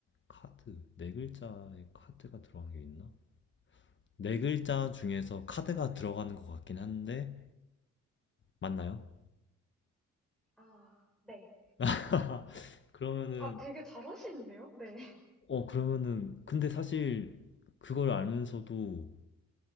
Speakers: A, on the left (about 40°); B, in the centre.
A: 카드. 네 글자에 카드가 들어간 게 있나? 네 글자 중에서 카드가 들어가는 것 같긴 한데 맞나요?
B: 아, 네.
A: <laughs> 그러면은
B: 아, 되게 잘하시는데요? 네. <laughs>
A: 어 그러면은 근데 사실 그걸 알면서도